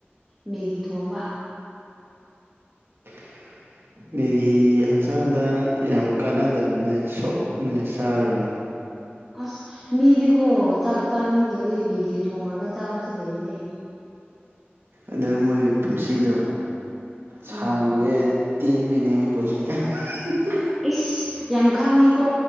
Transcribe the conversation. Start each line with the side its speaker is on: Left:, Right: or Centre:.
Centre: ꯃꯦꯒꯤ ꯊꯣꯡꯕ
Right: <inaudible> ꯃꯦꯒꯤ ꯍꯛꯆꯥꯡꯗ ꯌꯥꯝ ꯀꯥꯟꯅꯗꯕꯅꯦ ꯁꯣꯛꯄꯅꯦ ꯆꯥꯔꯨꯅꯣ
Centre: ꯑꯁ ꯃꯤꯗꯤꯀꯣ ꯆꯥꯛ ꯆꯥꯅꯤꯡꯗꯕꯩ ꯃꯤꯒꯤ ꯊꯣꯡꯔꯒ ꯆꯥꯕꯁ ꯂꯩꯕꯅꯦ
Right: ꯑꯗꯥ ꯃꯣꯏꯒꯤ ꯄꯨꯟꯁꯤꯗꯣ ꯁꯥꯡꯉꯣꯏꯌꯦ
Centre: ꯎꯝ
Right: ꯇꯦꯟꯗꯣꯏꯅꯤ ꯃꯣꯏ ꯄꯨꯟꯁꯤꯗꯣ ꯎꯝꯍꯤꯍꯤ
Centre: ꯏꯁ ꯌꯥꯝ ꯈꯪꯉꯤꯀꯣ